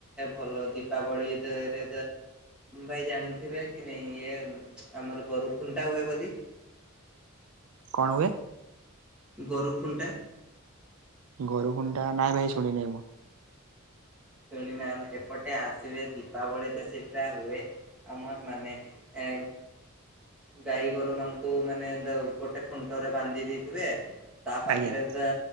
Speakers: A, in the centre; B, on the right (about 70°).
A: ଭଲ ଦୀପାବଳିରେ ଭାଇ ଜାଣିଥିବେ କି ନାଇ ଇଏ ଆମର୍ ଗୋରୁ ଖୁଣ୍ଟା ହୁଏ ବୋଲି।
B: କଣ ହୁଏ?
A: ଗୋରୁ ଖୁଣ୍ଟା।
B: ଗୋରୁ ଖୁଣ୍ଡା ନାଇ ଭାଇ ଶୁଣିନେଇ ମୁଁ।
A: ଶୁଣି ନା ଏପଟେ ଆସିବେ ଦୀପାବଳିରେ ସେଇଟା ହୁଏ। ଆମର ମାନେ ଏ। ଗାଈ ଗୋରୁମାଙ୍କୁ ମାନେ ଦ ଗୋଟେ ଖୁଣ୍ଟରେ ବାନ୍ଧି ଦେଇଥିବେ। ତା ପାଖରେ
B: ଆଜ୍ଞା
A: ଦେ